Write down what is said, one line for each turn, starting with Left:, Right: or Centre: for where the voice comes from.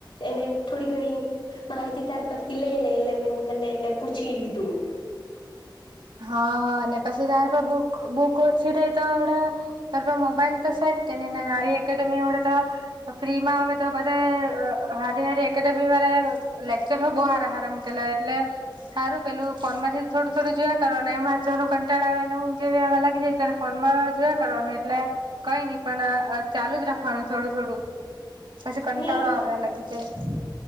Left: એને થોડી ઘણી માહિતી ત્યારે પથી લે લેમ એટલે મેં એમને એટલે પૂછી લીધું.
Right: હા ને પસી તારા બુક બુક ઓછી રહે તો આવડે તાર મોબાઈલ તો સ કે ની ને હારી એકેડેમી અવડે તો ફ્રી માં આવે તો બધાએ અ હારી હારી એકેડેમી દ્વારા લેકચર હો બો હાર-હાર મુકેલા એટલે હારું પેલું ફોન માથી થોડું થોડું જોયા કરો ને વા ચવાનું કંટાળ આવે ને ઉંધ જેવી આવા લાગી જાય ત્યારે ફોન માં જોયા કરવાનું એટલે કઈ ની પણ-અ ચાલુ જ રાખવાનું થોડું થોડું પછી કંટાળો
Left: ની
Right: આવ્યા લાગી જાય.